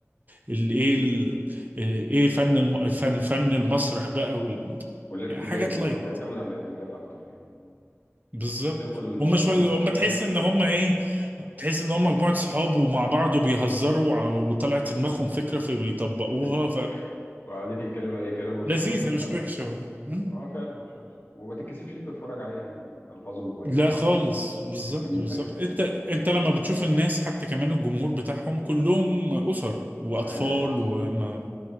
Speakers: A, on the right; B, on the left.
A: الإيه ال- آه، إيه فن الم- الفن الفن المسرح بقى وال...
B: والارتجال
A: يعني حاجات
B: هم
A: لايت
B: بيعتمدوا على الارتجال أكتر يعني إنهم
A: بالظبط
B: يسيبوا الموضوع
A: هم شويه
B: ما-
A: هم
B: ماشي
A: تحس ان
B: كده
A: هم
B: وخلاص
A: ايه تحس ان هم مجموعه صحاب ومع بعض وبيهزروا وع- وطلعت في دماغهم فكره فبيطبقوها
B: <laughs> وقاعدين يتكلموا أي كلام وخلاص
A: فلذيذه
B: <laughs> واحنا
A: مش
B: بنت
A: وحشه والله مم.
B: اه فعلا مش وحش وما تتكسفش انت تتفرج عليه يعني ألفاظهم كويسة
A: لا خالص بالظبط
B: جميلة
A: بالظبط
B: حلوة
A: انت
B: يعني
A: انت لما بتشوف الناس حتى كمان الجمهور بتاعهم كلهم اسر واطفال
B: عائلات
A: وما
B: مم.